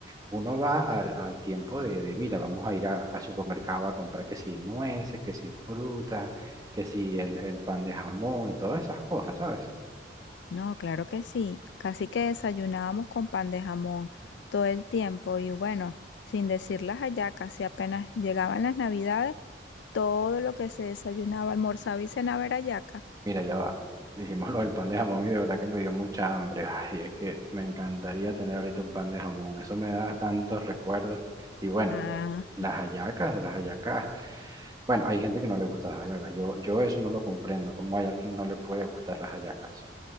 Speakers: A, on the right; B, on the left.
A: uno va al, al tiempo de, de, mira, vamos a ir a- al supermercado a comprar que si nueces, que si frutas, que si el, el pan de jamón y todas esas cosas, ¿sabes?
B: No, claro que sí, casi que desayunábamos con pan de jamón todo el tiempo y bueno, sin decir las hallacas, si apenas llegaban las Navidades. Todo lo que se desayunaba, almorzaba y cenaba era yaca.
A: Mira, ya va. Dijimos lo del pan de jamón y de verdad que me dio mucha hambre. Ay, es que me encantaría tener ahorita un pan de jamón. Eso me da tantos recuerdos. Y bueno,
B: Ah,
A: las hallacas, las hallacas. Bueno, hay gente que no le gusta las hallacas. Yo, yo eso no lo comprendo. ¿Cómo hay alguien que no le puede gustar las hallacas?